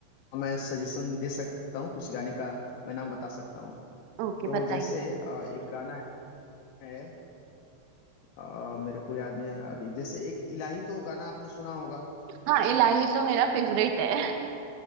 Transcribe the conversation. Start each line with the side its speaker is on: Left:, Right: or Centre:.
Left: मैं सजेशन दे सकता हूँ कुछ गाने का मैं नाम बता सकता हूँ
Right: ओके
Left: तो
Right: बताइए
Left: जैसे अ, एक गाना है अ, मेरे को याद नहीं आ रहा अभी जैसे एक इलाही तो गाना आपने सुना होगा
Right: हाँ इलाही तो मेरा फेवरेट है